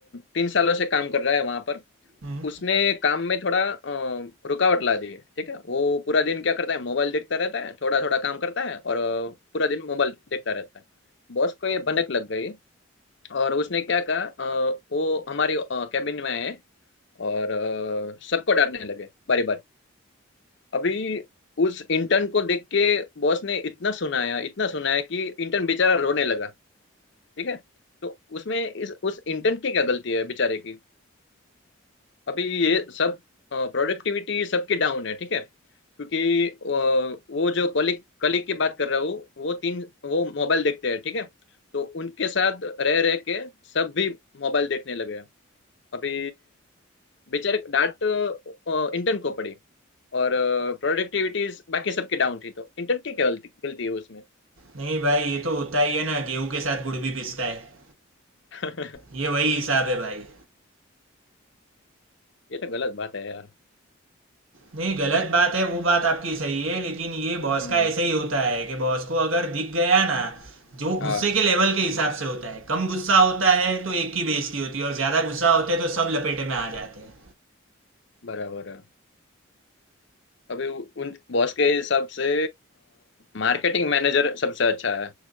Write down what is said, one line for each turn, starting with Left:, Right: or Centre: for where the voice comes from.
Left: तीन सालों से काम कर रहा है वहां पर
Right: हम्म।
Left: उसने काम में थोड़ा अ, रुकावट ला दी है ठीक है वो पूरा दिन क्या करता है मोबाइल देखता रहता है थोड़ा थोड़ा काम करता है और अ, पूरा दिन मोबाइल देखता रहता है बॉस को ये भनक लग गई और उसने क्या कहा अ, वो हमारी कैबिन में आए और अ, सबको डांटने लगे बारी बारी अभी उस इंटर्न को देख के बॉस ने इतना सुनाया इतना सुनाया कि इंटर्न बेचारा रोने लगा ठीक है तो उसमें इस उस इंटर्न की क्या गलती है बेचारे की अभी ये सब प्रोडक्टिविटी सबकी डाउन है ठीक है क्योंकि अ, वो जो कलिक कलिक की बात कर रहा हूँ वो तीन वो मोबाइल देखते हैं ठीक है तो उनके साथ रह रह के सब भी मोबाइल देखने लगे हैं अभी बेचारे डांट इंटर्न को पड़ी और प्रोडक्टिविटीज बाकी सबकी डाउन थी तो इंटर्न की क्या गलती गलती है उसमें
Right: नहीं भाई ये तो होता ही है ना गेहूं के साथ गुड़ भी पिसता है
Left: <laughs>
Right: ये वही हिसाब है भाई
Left: ये तो गलत बात है यार
Right: नहीं गलत बात है वो बात आपकी सही है लेकिन ये बॉस
Left: हम्म
Right: का ऐसे ही होता है कि बॉस को अगर दिख गया ना जो
Left: हाँ
Right: गुस्से के लेवल के हिसाब से होता है कम गुस्सा होता है तो एक की बेइज्जती होती है और ज्यादा गुस्सा होते है तो सब लपेटे में आ जाते हैं
Left: बराबर है अभी उ- उन बॉस के हिसाब से मार्केटिंग मैनेजर सबसे अच्छा है